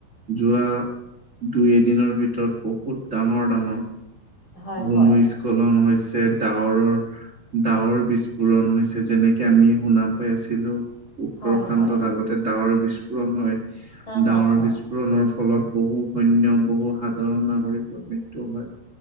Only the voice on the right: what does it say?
যোৱা দুই এদিনৰ ভিতৰত বহুত ডাঙৰ ডাঙৰ
ভূমিস্খলন
হৈছে ডাৱৰৰ ডাৱৰ বিস্ফোৰণ হৈছে যেনেকে আমি শুনা পাই আছিলো। উত্তৰ
খণ্ডত
আগতে ডাৱৰ বিস্ফোৰণ হয়
ডাৱৰ
বিস্ফোৰণৰ ফলত বহু সৈন্য বহু সাধাৰণ নাগৰিকৰ মৃত্যু হয়